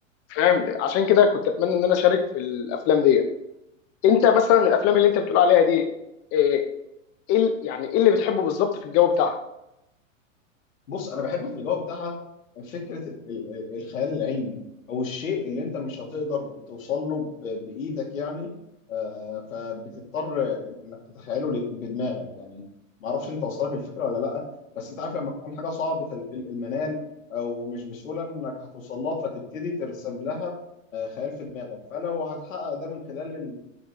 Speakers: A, on the left; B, on the left.
A: فاهم عشان كده كنت اتمنى ان انا اشارك في الافلام دي انت مثلا الافلام اللي انت بتقول عليها دي ايه إيه ال- يعني ايه اللي بتحبه بالظبط في الجو بتاعها
B: بص انا بحب في الجو بتاعها فكره ال- ال- الخيال العلمي او الشيء اللي انت مش هتقدر توصل له ب- بايدك يعني آه، فبتضطر انك تتخيله ل- بدماغك يعني ما اعرفش انت وصلك الفكره ولا لا بس انت عارف لما تكون حاجه صعبه ال- ال- المنال او مش بسهوله انك هتوصل لها فتبتدي ترسم لها آه، خيال في دماغك فلو هتحقق ده من خلال